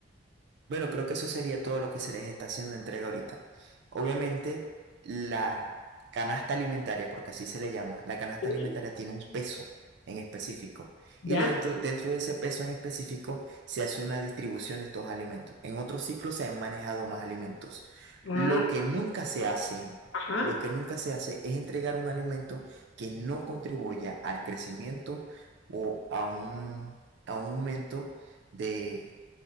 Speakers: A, on the right; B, on the left.
A: Bueno, creo que eso sería todo lo que se les está haciendo entrega ahorita. Obviamente, la canasta alimentaria, porque así se le llama, la canasta
B: sí,
A: alimentaria tiene un peso en específico.
B: ya,
A: Y dentro, dentro de ese peso en específico se hace una distribución de estos alimentos. En otros ciclos se han manejado más alimentos.
B: ah,
A: Lo que nunca se hace,
B: ajá,
A: lo que nunca se hace es entregar un alimento que no contribuya al crecimiento o a un, a un aumento de